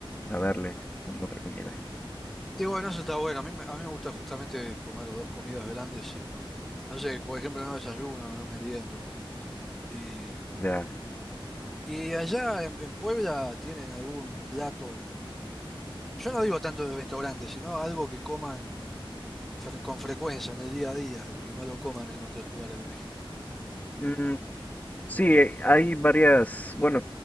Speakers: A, on the left; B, in the centre.
A: a darle con otra comida.
B: Y bueno, eso está bueno. A mí, me- a mí me gusta justamente comer dos comidas grandes y no. No sé, por ejemplo, no desayuno, no meriendo. Y,
A: Ya.
B: y allá en, en Puebla tienen algún plato, yo no digo tanto de restaurante, sino algo que coman fre- con frecuencia en el día a día y que no lo coman en otros lugares de México.
A: Mm, Sí, eh, hay varias, bueno,